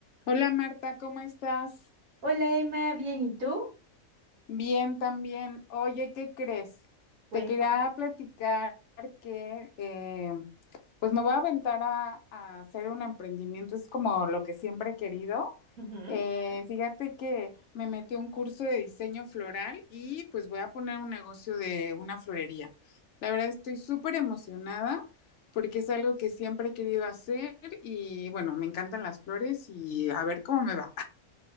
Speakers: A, on the left; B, on the right.
A: Hola Marta, ¿cómo estás?
B: Hola Emma, bien, ¿y tú?
A: Bien, también. Oye, ¿qué crees?
B: Cuenta.
A: Te quería platicar que eh, pues me voy a aventar a, a hacer un emprendimiento, es como lo que siempre he querido.
B: Ujú.
A: Eh, fíjate que me metí a un curso de diseño floral y pues voy a poner un negocio de una florería. La verdad estoy súper emocionada porque es algo que siempre he querido hacer y bueno, me encantan las flores y a ver cómo me va.